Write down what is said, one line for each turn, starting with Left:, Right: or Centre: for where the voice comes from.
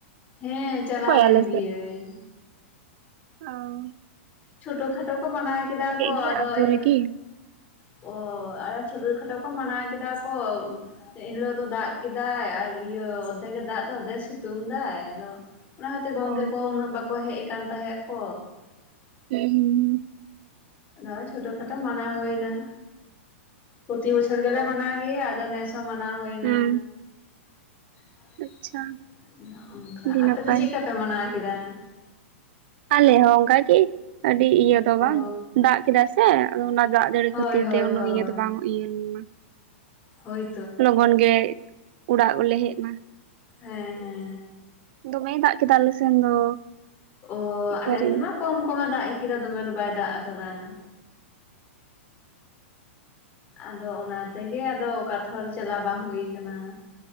Left: ᱦᱮᱸ ᱪᱟᱞᱟᱣ
Right: ᱦᱳᱭ
Left: ᱞᱮᱱ
Right: ᱟᱞᱮ
Left: ᱜᱤᱭᱟᱹᱧ
Right: ᱚᱸᱻ
Left: ᱪᱷᱩᱴᱩ ᱠᱷᱟᱴᱚ ᱠᱚ ᱢᱟᱱᱟᱣ ᱠᱮᱫᱟ ᱠᱚ
Right: ᱜᱮᱭᱟ
Left: ᱟᱫᱚ
Right: ᱟᱛᱳ
Left: ᱮᱱᱼᱼ
Right: ᱨᱮᱜᱮ
Left: ᱚᱻ ᱟᱨ ᱪᱷᱩᱴᱩ ᱠᱷᱟᱴᱚ ᱠᱚ ᱢᱟᱱᱟᱣ ᱠᱮᱫᱟ ᱠᱚ ᱮᱱ ᱦᱤᱞᱚᱜ ᱫᱚ ᱫᱟᱜ ᱠᱮᱫᱟᱭ ᱟᱨ ᱤᱭᱟᱹ ᱚᱫᱷᱮᱠ ᱮ ᱫᱟᱜ ᱮᱫᱟ ᱚᱫᱷᱮ ᱥᱤᱛᱩᱝ ᱮᱫᱟᱭ ᱟᱫᱚ ᱚᱱᱟ ᱠᱷᱟᱹᱛᱤᱨ ᱜᱚᱝᱠᱮ
Right: ᱚ
Left: ᱠᱚᱦᱚᱸ ᱩᱱᱟᱹᱜ ᱵᱟᱠᱚ ᱦᱮᱡ ᱟᱠᱟᱱ ᱛᱟᱦᱮᱸᱜ ᱠᱚ
Right: ᱦᱩᱸᱻᱻ
Left: ᱱᱚᱜᱼᱚᱭ ᱪᱷᱚᱴᱚ ᱠᱷᱟᱴᱚ ᱢᱟᱱᱟᱣ ᱦᱩᱭ ᱮᱱᱟ ᱯᱨᱚᱛᱤ ᱵᱚᱪᱷᱚᱨ ᱜᱮᱞᱮ
Right: ᱚ
Left: ᱢᱟᱱᱟᱣ ᱜᱮᱭᱟ ᱟᱫᱚ ᱱᱮᱥ ᱢᱟᱱᱟᱣ ᱦᱩᱭᱱᱟ
Right: ᱦᱩᱸ
Left: <unintelligible>
Right: ᱟᱪᱪᱷᱟ
Left: ᱚᱝᱠᱟ
Right: ᱟᱹᱰᱤ
Left: ᱟᱯᱮ
Right: ᱱᱟᱯᱟᱭ
Left: ᱫᱚ ᱪᱮᱫ ᱞᱮᱠᱟ ᱯᱮ ᱢᱟᱱᱟᱣ ᱠᱮᱫᱟ?
Right: ᱟᱞᱮ ᱦᱚᱸ ᱚᱱᱠᱟ ᱜᱤ ᱟᱹᱰᱤ ᱤᱭᱟᱹ ᱛᱚ ᱵᱟᱝ
Left: ᱚ
Right: ᱫᱟᱜ ᱠᱮᱫᱟᱭ ᱥᱮ ᱟᱫᱚ ᱚᱱᱟ ᱫᱟᱜ ᱡᱟᱹᱲᱤ
Left: ᱦᱳᱭ
Right: ᱠᱷᱟᱹᱛᱤᱨ
Left: ᱦᱳᱭ
Right: ᱛᱮ ᱩᱱᱟᱹᱜ
Left: ᱦᱳᱭ
Right: ᱤᱭᱟᱹ ᱫᱚ ᱵᱟᱝ ᱤᱭᱟᱹ ᱞᱮᱱᱟ᱾
Left: ᱦᱳᱭ
Right: ᱞᱚᱜᱚᱱ ᱜᱮ ᱩᱲᱟᱜ ᱦᱚᱸᱞᱮ ᱦᱮᱡ ᱮᱱᱟ᱾
Left: ᱦᱮᱸ ᱦᱮᱸ
Right: ᱫᱚᱢᱮᱭ ᱫᱟᱜ ᱠᱮᱫᱟ ᱟᱞᱮ ᱥᱮᱱ ᱫᱚ᱾
Left: ᱚ
Right: ᱮᱠᱵᱟᱨᱮ
Left: ᱟᱞᱮ ᱥᱮᱫ ᱢᱟ ᱠᱚᱢ ᱠᱚᱢᱮ ᱫᱟᱜ ᱠᱤᱫᱟ ᱫᱚᱢᱮ ᱫᱚ ᱵᱟᱭ ᱫᱟᱜ ᱟᱠᱟᱫᱟ ᱾ ᱟᱫᱚ ᱚᱱᱟᱛᱮᱜᱮ ᱟᱫᱚ ᱚᱠᱟ ᱛᱮ ᱦᱚᱸ ᱪᱟᱞᱟᱣ ᱵᱟᱝ ᱦᱩᱭ ᱟᱠᱟᱱᱟ᱾